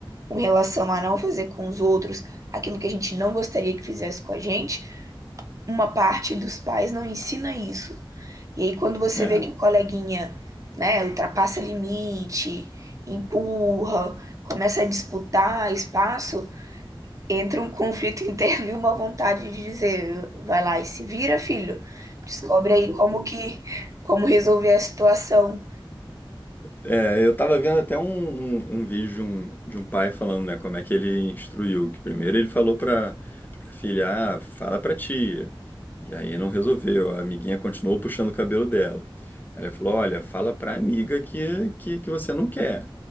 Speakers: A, on the right (about 35°); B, on the left (about 20°).
A: com relação a não fazer com os outros aquilo que a gente não gostaria que fizesse com a gente, uma parte dos pais não ensina isso. E aí, quando você
B: é.
A: vê que o coleguinha, né, ultrapassa limite, empurra, começa a disputar espaço, entra um conflito <laughs> interno e uma vontade de dizer, vai lá e se vira, filho. Descobre aí como que, como resolver a situação.
B: É, eu tava vendo até um, um, um vídeo de um, de um pai falando, né, como é que ele instruiu, que primeiro ele falou pra, pra filha, ah, fala pra tia, e aí não resolveu, a amiguinha continuou puxando o cabelo dela. Aí ele falou, olha, fala pra amiga que, que, que você não quer.